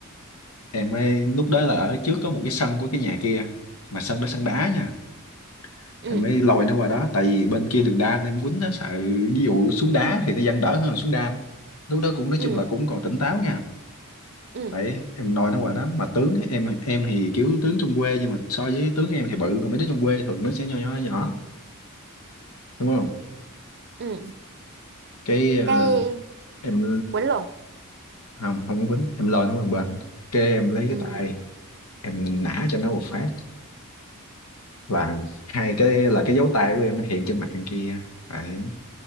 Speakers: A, on the left; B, on the right.
A: em mới lúc đó là ở trước có một cái sân của cái nhà kia mà sân đó sân đá nha
B: ừ,
A: em mới lôi nó qua đó tại vì bên kia đường đan em quýnh nó sợ ví dụ xuống đá thì nó vẫn đỡ hơn là xuống đan lúc đó cũng nói
B: ừ,
A: chung là cũng còn tỉnh táo nha
B: ừ,
A: đấy em nói nó quả đó mà tướng em em thì kiểu tướng trong quê nhưng mà so với tướng em thì bự còn mấy đứa trong quê thường nó sẽ nhỏ nhỏ nhỏ đúng không
B: ừ.
A: cái ờ,
B: Cây
A: em
B: quấn lộn.
A: không không quýnh em lôi nó qua một bên cái em lấy
B: Ừ.
A: cái tay em nã cho nó một phát là hai cái là cái dấu tay của em nó hiện trên mặt thằng kia đấy